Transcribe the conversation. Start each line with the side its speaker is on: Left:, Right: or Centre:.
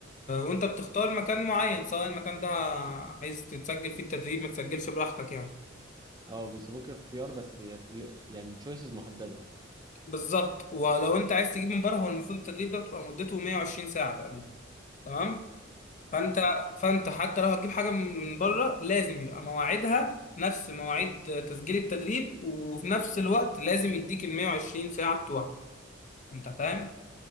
Left: وانت بتختار مكان معين سواء المكان ده عايز تتسجل فيه التدريب ما تسجلش براحتك يعني
Right: اه بيسيبوك الاختيار بس في ال- يعني تشويسز محددة
Left: بالظبط ولو انت عايز تجيب من بره هو المفروض التدريب ده بتبقى مدته 120 ساعه تقريبا تمام فانت فانت حتى لو هتجيب حاجه من بره لازم يبقى مواعيدها نفس مواعيد تسجيل التدريب وفي نفس الوقت لازم يديك ال 120 ساعه بتوعك انت فاهم